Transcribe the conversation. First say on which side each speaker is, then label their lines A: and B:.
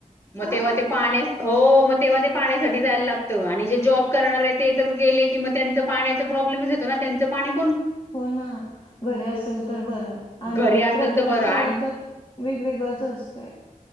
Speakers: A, on the left (about 20°); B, on the left (about 40°).
A: मग
B: हां,
A: तेव्हा ते पाण्या हो मग तेव्हा ते पाण्यासाठी जायला लागतं आणि जे जॉब करणार आहे ते तर गेले की मग त्यांच पाण्याच प्रॉब्लमच येतो ना त्यांचं पाणी
B: हो ना घरी असेल तर बरं आणि
A: घरी असेल
B: प्रत्येकाच
A: तर बरं आणि
B: तर वेगवेगळच असतं.